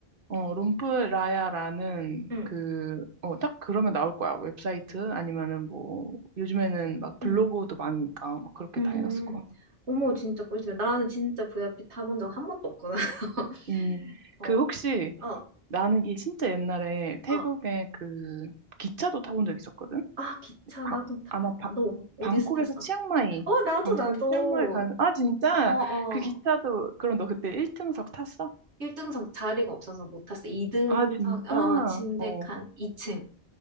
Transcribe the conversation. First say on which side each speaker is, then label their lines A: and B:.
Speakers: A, on the right; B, on the right.
A: 어, 롬프라야라는
B: 응.
A: 그, 어, 딱 그러면 나올 거야. 웹사이트 아니면은 뭐, 요즘에는 막 블로그도
B: 응.
A: 많으니까 막 그렇게
B: 음,
A: 다 해놨을 거야.
B: 어머, 진짜 꿀팁. 나는 진짜 VIP 타본 적 한 번도 없구나. <laughs>
A: 음,
B: 어,
A: 그 혹시
B: 어,
A: 나는 이게 진짜 옛날에 태국에
B: 어.
A: 그 기차도 타본 적 있었거든?
B: 아, 기차,
A: 바-
B: 나도 타봤다.
A: 아마 바,
B: 너, 어디서
A: 방콕에서
B: 탔어?
A: 치앙마이,
B: 어, 나도,
A: 방콕에서
B: 나도.
A: 치앙마이 간, 아, 진짜?
B: 어, 어.
A: 그 기차도, 그럼 너 그때 1등석 탔어?
B: 1등석 자리가 없어서 못 탔어. 2등석,
A: 아, 진짜?
B: 어, 어, 침대
A: 어.
B: 칸 2층.